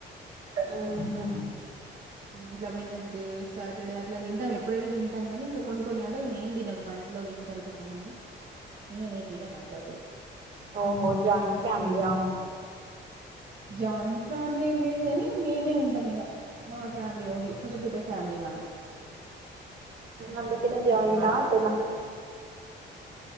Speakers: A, on the right (about 65°); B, on the right (about 45°).
A: ఊహ్మ్
B: ఇట్లా పోయి నెస్డే సాటర్డే అట్లా తింటాంప్పుడైనా తింటాం కాని ఇంకా కొన్ని కొన్ని అంటే నే ఏం తినన్నాను మా ఇంట్లో తింటారు కొంతమంది ఇగ నేను తినను అప్పుడప్పుడు
A: ఓహో జయిట్ ఫైమలీయా
B: జాయింట్ ఫ్యామిలీ ఏం లేదు గాని మేమే ఉంటాం ఇక మా ఫ్యామిలీ ఓన్లీ కొంచెం పెద్ద ఫ్యామిలీ మాది
A: అందుకనే జాయింటంటున్న